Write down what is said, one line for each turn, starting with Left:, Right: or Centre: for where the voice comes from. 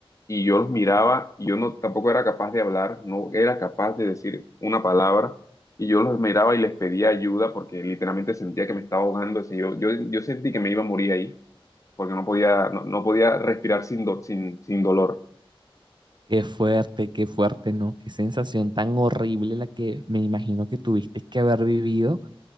Left: y yo los miraba y yo no tampoco era capaz de hablar, no era capaz de decir una palabra y yo los miraba y les pedía ayuda porque literalmente sentía que me estaba ahogando, o sea, yo, yo, yo sentí que me iba a morir ahí porque no podía, no, no podía respirar sin, do- sin, sin dolor.
Right: Qué fuerte, qué fuerte, ¿no? Qué sensación tan horrible la que me imagino que tuviste que haber vivido